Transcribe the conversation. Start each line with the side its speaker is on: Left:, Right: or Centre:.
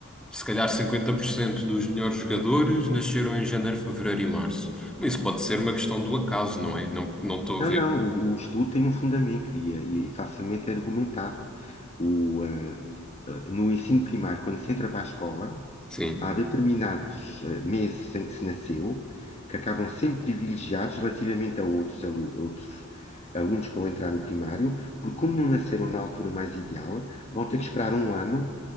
Centre: se calhar 50% dos melhores jogadores nasceram em janeiro, fevereiro e março. Mas isso pode ser uma questão do acaso, não é? Não, não estou
Left: não,
Centre: a ver.
Left: não, o, o estudo tem um fundamento e, eh, e facilmente é argumentado. O, eh, eh, no ensino primário, quando se entra para a escola,
Centre: Sim.
Left: há determinados eh, meses em que se nasceu que acabam sempre privilegiados relativamente a outros, alu- a outros alunos que vão entrar no primário, porque como não nasceram na altura mais ideal, vão ter que esperar um ano